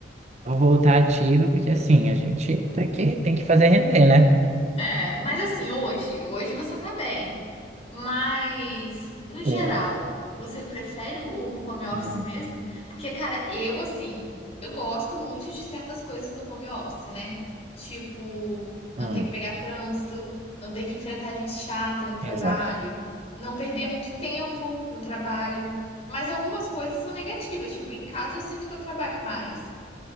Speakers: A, on the right (about 40°); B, on the left (about 35°).
A: vou voltar ativa, porque assim, a gente tem que, tem que fazer render, né?
B: É, mas assim, hoje, hoje você tá bem. Mas, no geral,
A: O...
B: você prefere o home office
A: Hum,
B: mesmo? Porque, cara, eu, assim, eu gosto muito de certas coisas do home office, né? Tipo, não
A: hum,
B: ter que pegar trânsito, não ter que enfrentar gente chata no trabalho,
A: exato.
B: não perder muito tempo no trabalho. Mas algumas coisas são negativas. Tipo, em casa eu sinto que eu trabalho mais.